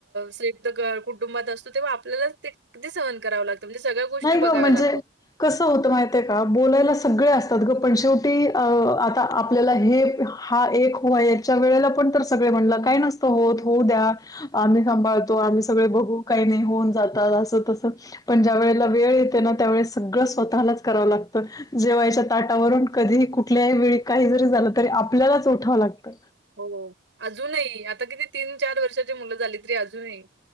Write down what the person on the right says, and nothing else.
संयुक्त कुटुंबात असतो तेव्हा आपल्याला ते सहन करावं लागतं. म्हणजे सगळ्या गोष्टी
बघाव्या
लागतात.
हो अजूनही आता किती तीन चार वर्षाची मुलं झाली तरी अजूनही